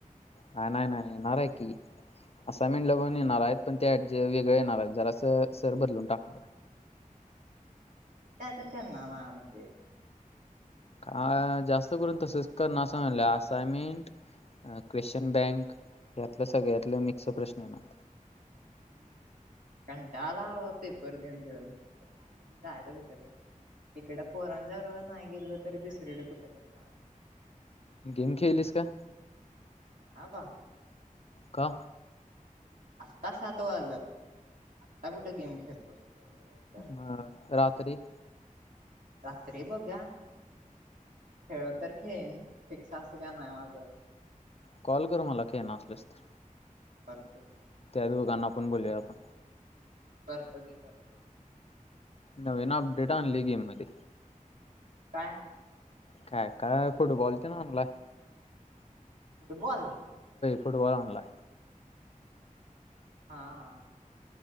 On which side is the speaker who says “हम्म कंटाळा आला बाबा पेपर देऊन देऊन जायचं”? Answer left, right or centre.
Right